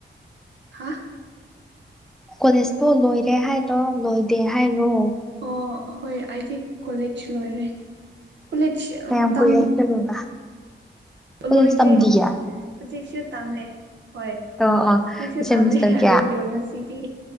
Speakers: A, on the right; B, in the centre.
A: ꯍꯥ
B: ꯀꯣꯂꯦꯖꯇꯣ ꯂꯣꯏꯔꯦ ꯍꯥꯏꯔꯣ ꯂꯣꯏꯗꯦ ꯍꯥꯏꯔꯣ
A: ꯑꯣ ꯍꯣꯏ ꯑꯩꯗꯤ ꯀꯣꯂꯦꯖ ꯂꯣꯏꯔꯦ ꯀꯣꯂꯦꯖ
B: ꯀꯌꯥꯝ
A: ꯑ ꯇꯝꯗꯤ
B: ꯀꯨꯏꯔꯦ <inaudible> ꯕ ꯀꯂꯦꯁ
A: ꯂꯣꯏꯗ꯭ꯔꯤ
B: ꯇꯝꯗꯤꯌꯦ
A: ꯍꯧꯖꯤꯛꯁꯨ ꯇꯝꯂꯦ ꯍꯣꯏ ꯍꯧꯖꯤꯛꯁꯨ
B: ꯑꯣ ꯑꯣ ꯁꯦꯃꯤꯁꯇꯔ
A: ꯇꯝꯃꯦ
B: ꯀꯌꯥ
A: ꯑꯗꯨꯕꯨ ꯉꯁꯤꯗꯤ